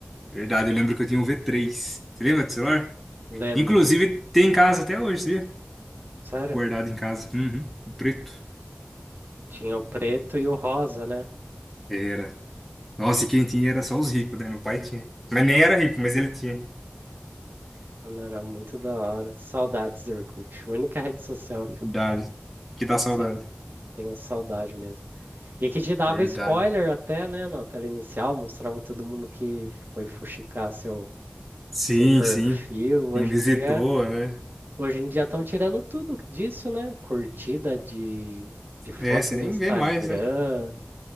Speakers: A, in the centre; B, on the right (about 60°).
A: verdade, eu lembro que eu tinha um v três. Você lembra do celular?
B: Lembro.
A: Inclusive, tem em casa até hoje, sabia?
B: Sério?
A: Guardado em casa. Uhum, o preto.
B: Tinha o preto e o rosa, né?
A: Era. Nossa, e quem tinha era só os ricos, né? Meu pai tinha. Mas nem era rico, mas ele tinha.
B: Mano, era muito da hora. Saudades do Orkut. A única rede social que
A: Verdade.
B: eu
A: Que dá saudade.
B: tenho, tenho saudade mesmo. E que te dava
A: Verdade.
B: spoiler até, né? Na tela inicial, mostrava todo mundo que foi fuxicar seu,
A: Sim,
B: seu perfil.
A: sim.
B: Hoje
A: Quem visitou,
B: em dia.
A: né?
B: Hoje em dia estão tirando tudo disso, né? Curtida de, de foto
A: É, você
B: no
A: nem
B: Instagram,
A: vê mais, né?